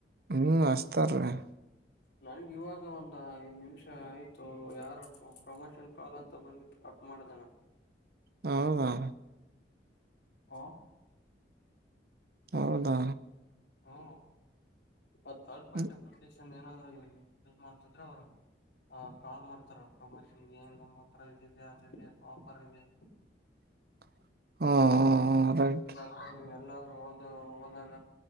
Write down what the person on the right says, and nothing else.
ಹ್ಮ್ ಅಚ್ತಾರೀ. <inaudible>
<inaudible> ಹೌದಾ
ಹೌದಾ.
ಹ್ಮ್
<unintelligible> ಹ್ಮ್ ರೈಟ್